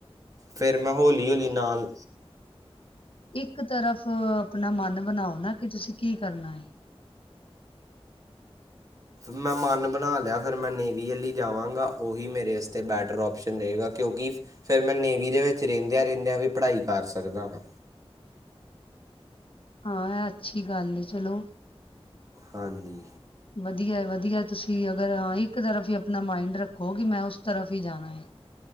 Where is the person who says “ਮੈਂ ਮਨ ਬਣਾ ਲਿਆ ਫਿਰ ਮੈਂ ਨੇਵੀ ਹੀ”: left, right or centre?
Right